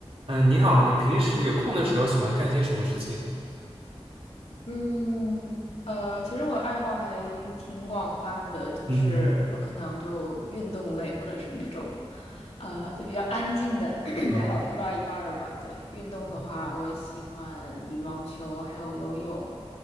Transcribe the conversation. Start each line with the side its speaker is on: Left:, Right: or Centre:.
Right: 嗯，你好，你平时有空的时候喜欢干些什么事情？
Left: 嗯，呃，其实我爱好还挺广泛的，就是我可能就运动类，
Right: 嗯嗯，
Left: 或者是那种，呃，就比较安静的，<coughs> <clears throat>
Right: 哦，
Left: 然后一半儿一半儿吧。对，运动的话，
Right: 嗯
Left: 我喜欢羽毛球，还有游泳。